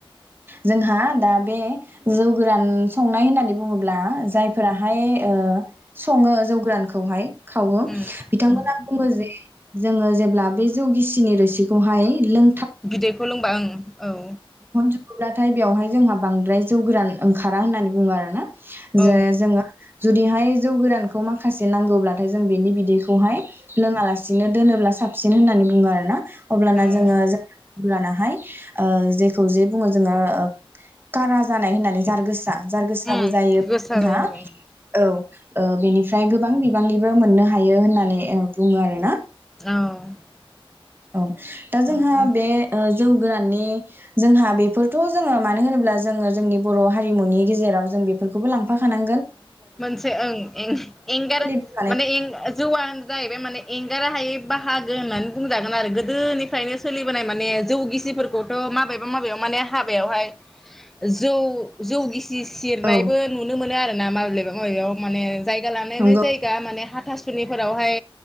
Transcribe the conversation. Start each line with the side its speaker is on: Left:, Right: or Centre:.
Right: जोंहा दा बे जौ गोरान संनाय होननानै बुङोब्ला जायफोराहाय सङो जौ गोरानखौहाय खावो
Centre: उम
Right: बिथांमोना
Centre: उम
Right: बुङो जे जोङो जेब्ला बे जौ गिसिनि रोसिखौहाय लों
Centre: बिदैखौ लोंबाय ओं औ
Right: ब्लाथाय बेवहाय जोंहा बांद्राय जौ गोरान ओंखारा होननानै बुङो आरो ना
Centre: औ
Right: जे जोङो। जुदिहाय जौ गोरानखौ माखासे नांगौब्लाथाय जों बेनि बिदैखौहाय लोङालासिनो दोनोब्ला साबसिन होननानै बुङो आरो ना अब्लाना
Centre: उम
Right: जोङो अब्लानाहाय ओ जेखौ जे बुङो जोङो कारा जानाय होननानै जार गोस जार गोसाबो
Centre: उम
Right: जायो
Centre: गोसा
Right: जोंहा
Centre: जायो
Right: औ। ओ बेनिफ्राय गोबां बिबांनिबो मोननो हायो होननानै बुङो आरो ना
Centre: औ
Right: औ दा जोंहा
Centre: उम
Right: बे ओ जौ गोराननि जोंहा बेफोरथ' जोङो मानो होनोब्ला जोङो जोंनि बर' हारिमुनि गेजेराव जों बेफोरखौबो लांफाखानां
Centre: मोनसे ओं एं-एंगार
Right: सोलिबोखानाय
Centre: माने एं-जौवा जाहैबाय माने एंगार हायै बाहागो होननानै बुंजागोन आरो गोदोनिफ्रायनो सोलिबोनाय माने जौ गिसिफोरखौथ' माबेबा माबेयाव माने हाबायावहाय जौ जौ गिसि सिरनायबो
Right: औ
Centre: नुनो मोनो आरो। नामा <unintelligible> <unintelligible> याव माने जायगा लानायानानै
Right: नंगौ
Centre: जायगा माने हा थासुनिफोरावहाय